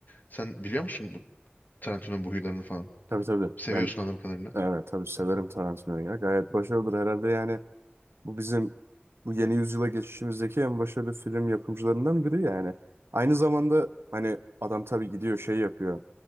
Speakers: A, on the left; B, on the right.
A: Sen biliyor musun bu Tarantino'nun bu huylarını falan?
B: Tabii tabii.
A: Seviyorsun
B: Ben
A: adam kadarıyla.
B: evet tabii severim Tarantino'yu ya. Gayet başarılıdır herhalde yani. Bu bizim bu yeni yüzyıla geçişimizdeki en başarılı film yapımcılarından biri yani. Aynı zamanda hani adam tabii gidiyor şey yapıyor.